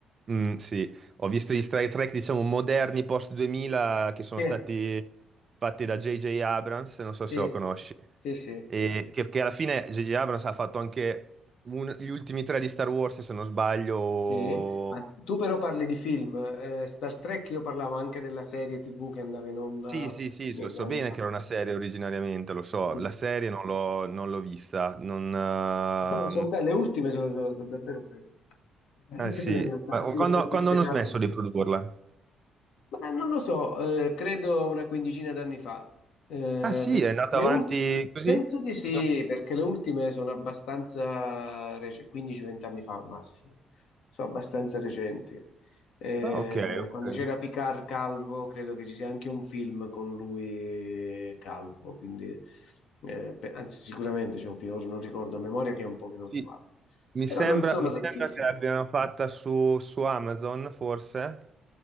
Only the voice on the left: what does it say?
Sì.
Sì,
sì, sì,
sì. Ma tu però parli di film. eh, Star Trek io parlavo anche della serie TV che andava in onda
mille
anni
fa.
Sì.
<laughs> Sono, sono belle, le ultime sono, sono- sono davvero belle. Anche
le
prime in realtà,
però l'effetto
speciale.
Ma non lo so, eh, credo una quindicina d'anni fa. Eh,
per-
le
ul-
penso di sì,
perché le ultime sono abbastanza recenti, 15-20 anni fa al massimo, sono abbastanza recenti. Eh,
quando c'era Picard Calvo, credo che ci sia anche un film con lui Calvo, quindi, eh, pe- anzi sicuramente c'è un film, ora non ricordo a memoria che è un po' che non
li guardo,
però
non sono
vecchissimi.